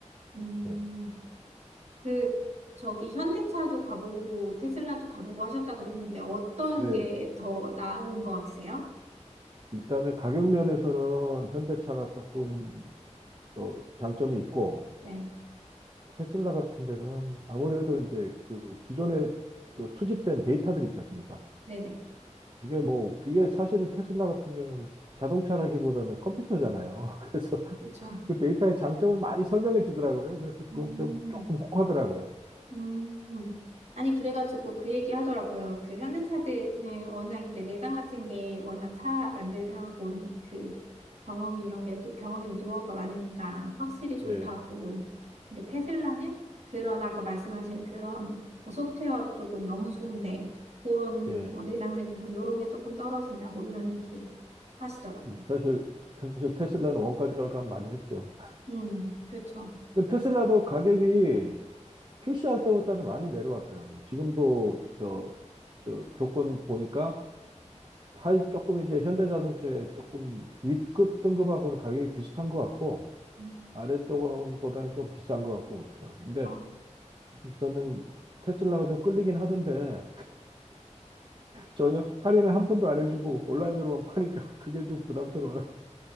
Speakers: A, on the right; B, on the right.
A: 음,
B: 예.
A: 그, 저기 현대차도 가보고 테슬라도 가보고 하셨다 그랬는데 어떤
B: 네.
A: 게 더 나은 것 같으세요?
B: 일단은 가격 면에서는 현대차가 조금 저 장점이 있고,
A: 네,
B: 테슬라 같은 데는 아무래도 이제 그 기존에 또 수집된 데이터들 있지 않습니까?
A: 네네.
B: 이게 뭐, 이게 사실은 테슬라 같은 경우는 자동차라기보다는 컴퓨터잖아요. <laughs> 그래서
A: 그렇죠.
B: 그 데이터의 장점을 많이 설명해 주더라고요. 그래서 그건
A: 음,
B: 좀 조금 혹하더라고요.
A: 음, 음. 아니, 그래가지고 그 얘기 하더라고요. 그 현대차들은 워낙 이제 내장 같은 게 워낙 차 만들어 본 그 경험이 이런 게 노- 경험이나 노하우가 많으니까 확실히 좋다고.
B: 예,
A: 근데 테슬라는 그런 아까 말씀하신 그런 뭐 소프트웨어 쪽은 너무 좋은데 그런
B: 예.
A: 뭐 내장재 부분 이런 게 조금 떨어진다고 이런 얘기 하시더라고요.
B: 그 사실, 사실 테슬라는 원가 절감 많이 했죠.
A: 음, 그렇죠.
B: 그 테슬라도 가격이 출시할 때보다는 많이 내려왔더라고요. 지금도 저, 저 조건 보니까 하이 조금 이제 현대자동차에 조금 윗급 등급하고는 가격이 비슷한 것 같고
A: 음.
B: 아래쪽보다는 좀 비싼 것 같고 그렇더라고요. 근데
A: 어.
B: 저는 테슬라가 좀 끌리긴 하던데 전혀 할인을 한 푼도 안 해주고 온라인으로만 파니까 <laughs> 그게 좀 부담스러워요.